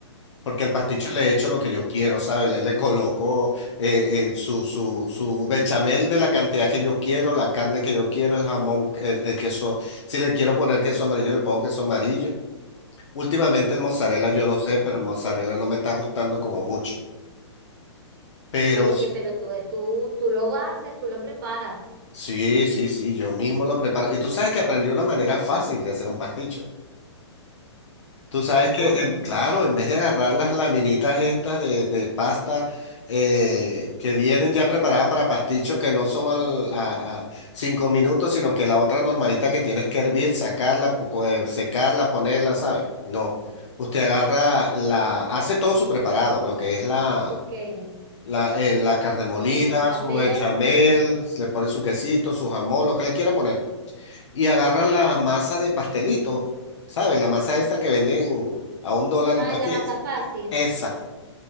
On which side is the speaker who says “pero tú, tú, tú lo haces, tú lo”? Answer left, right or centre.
Right